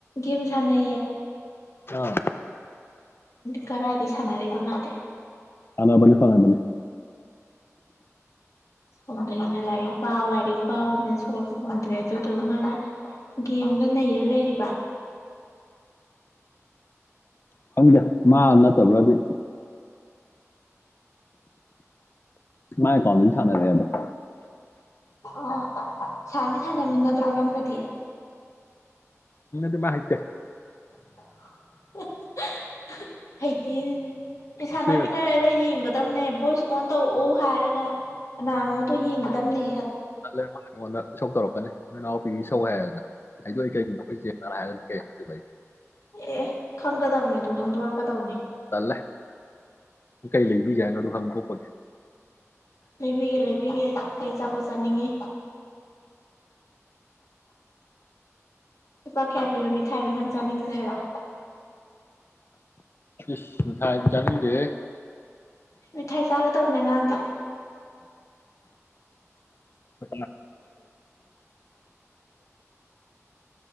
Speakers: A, on the left; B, on the left.
A: ꯦꯦꯝꯁꯅꯦ
B: ꯑꯥ
A: ꯀꯗꯥꯥꯏꯗꯒꯤ ꯁꯥꯟꯅꯏꯕ ꯃꯥꯥꯟꯗꯦ
B: ꯐꯅꯥ ꯑꯅꯤ ꯐꯅꯥꯃꯅꯤ
A: ꯁꯣꯝꯗꯒꯤꯅ ꯂꯩꯔꯤ ꯄꯥꯎ ꯂ ꯑꯩ ꯄꯥꯎꯅ ꯁꯣꯕ ꯍꯣꯟꯗ꯭ꯔꯦ ꯑꯗꯨꯗꯨꯒ ꯃꯥꯅ ꯒꯦꯝꯗ ꯅꯩꯔ ꯂꯩꯔꯤꯕ
B: ꯈꯪꯗꯦ ꯃꯥ ꯅꯠꯇꯕ꯭ꯔꯥ ꯑꯗꯨ ꯃ ꯀꯣꯂꯦꯖ ꯊꯥꯅ ꯂꯩꯗ <inaudible>
A: ꯑ ꯁꯥꯟꯅꯤ ꯁꯥꯟꯅꯃꯤ ꯅꯗ꯭ꯔꯣ ꯅꯝꯒꯗꯤ
B: ꯗꯤ ꯃꯥ ꯠꯇ
A: <inaudible> ꯍꯩꯇꯦ ꯁꯥꯟꯅꯃꯤꯟꯅꯔꯒ
B: ꯏꯆꯦꯒ
A: ꯌꯦꯡꯒꯗ ꯇꯕꯅꯦ ꯚꯣꯏꯁ ꯑꯣꯟ ꯇꯧꯔꯛꯎ ꯍꯥꯏꯔꯒ ꯀꯅꯥꯅꯣꯗꯣ ꯌꯦꯡꯒꯗꯝꯕꯅꯦ
B: ꯂꯩꯉ ꯑꯩꯉꯣꯟꯗ ꯏꯁꯧ ꯇꯧꯔꯛꯀꯅꯤ ꯅꯣꯏꯎ ꯄ ꯁꯋꯥ ꯍꯥꯏ ꯑꯩꯗꯣ ꯑꯩ ꯀꯩꯒꯨꯝꯣ ꯑꯩꯈꯣꯏ ꯆ ꯍꯥꯏꯔꯗꯤ ꯀ ꯍꯥꯏꯕ ꯑꯩ
A: ꯑꯦ ꯈꯪꯒꯗꯕꯅꯦ ꯇꯨꯡ ꯍꯣꯡꯗꯣꯔꯛꯀꯗꯧꯅꯤ
B: ꯇꯜꯂꯦ ꯀꯩ ꯂꯩꯕꯤꯒꯦ ꯍꯥꯏꯅꯣ ꯑꯗꯨ ꯍꯪ ꯊꯣꯛꯄꯒꯤ
A: ꯂꯩꯕꯤꯒꯦ ꯂꯩꯕꯤꯒꯦ ꯀꯩ ꯆꯥꯄꯣꯠ ꯆꯥꯅꯤꯡꯉꯤ ꯂꯨꯄꯥ ꯀꯌꯥ ꯄꯤꯕ ꯃꯤ ꯊ ꯍꯥꯏꯔꯣ ꯅꯪ ꯆꯥꯅꯤꯡꯉꯤꯁꯦ ꯍꯥꯏꯔꯣ
B: ꯏꯁ ꯃ ꯊꯥꯏꯖꯅꯤꯡꯗꯦ
A: ꯃꯤꯊꯥꯏ ꯆꯥꯒꯗꯧꯅꯦ ꯑꯉꯥꯡꯗꯤ
B: ꯄ